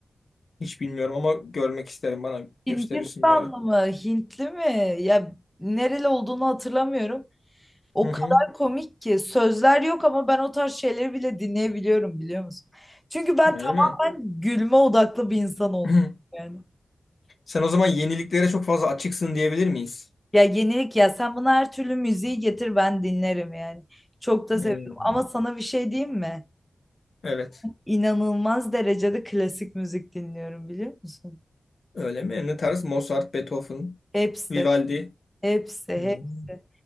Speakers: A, on the left (about 65°); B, in the centre.
A: Hiç bilmiyorum ama görmek isterim. Bana
B: Hindistanlı
A: gösterirsin bir ara.
B: mı, Hintli mi? Ya nereli olduğunu hatırlamıyorum. O
A: Hı
B: kadar
A: hı.
B: komik ki sözler yok ama ben o tarz şeyleri bile dinleyebiliyorum biliyor musun? Çünkü ben
A: Öyle
B: tamamen
A: mi?
B: gülme odaklı bir insan olmuşum
A: <clears throat>
B: yani.
A: Sen o zaman yeniliklere çok fazla açıksın diyebilir miyiz?
B: Ya yenilik ya sen buna her türlü müziği getir ben dinlerim yani. Çok da
A: Hmm,
B: seviyorum ama sana bir şey diyeyim mi?
A: Evet.
B: İnanılmaz derecede klasik müzik dinliyorum biliyor musun?
A: Öyle mi? Ne tarz? Mozart, Beethoven,
B: Hepsi,
A: Vivaldi.
B: hepsi,
A: Hmm.
B: hepsi.